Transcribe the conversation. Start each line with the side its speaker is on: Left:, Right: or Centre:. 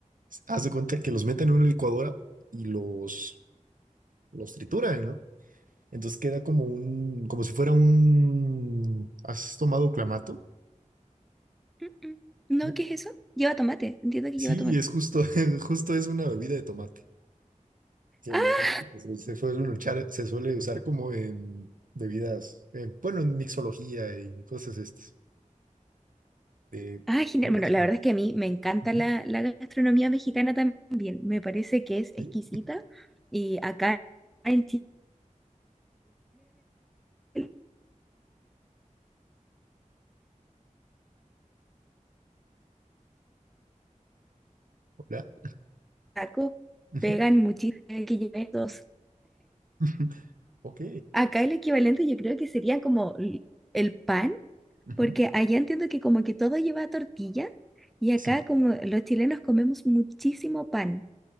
Right: Haz de cuenta que los meten en una licuadora y los, los trituran, ¿no? Entonces queda como un, como si fuera un, ¿has tomado clamato?
Centre: Mm, mm. No,
Right: ¿No?
Centre: ¿qué es eso? Lleva tomate. Entiendo que
Right: Sí,
Centre: lleva tomate.
Right: y es justo, <laughs> justo es una bebida de tomate. que
Centre: Ah,
Right: no, pues, eh, se suele luchar- se suele usar como en bebidas, eh, bueno, en mixología y cosas estas. De
Centre: ah, genial.
Right: bebidas
Centre: Bueno, la
Right: con-
Centre: verdad es que a mí me encanta
Right: Ujú,
Centre: la, la gastronomía mexicana también. Me parece que es
Right: ¿sí?
Centre: exquisita. Y acá en Chile los
Right: Hola.
Centre: tacos
Right: Ujú,
Centre: pegan muchísimo. eh, que lleven dos.
Right: <laughs> ujú, Ok.
Centre: Acá el equivalente yo creo que sería como l- el pan.
Right: ujú,
Centre: Porque allá entiendo que como que todo lleva tortilla y acá
Right: Sí.
Centre: como los chilenos comemos muchísimo pan.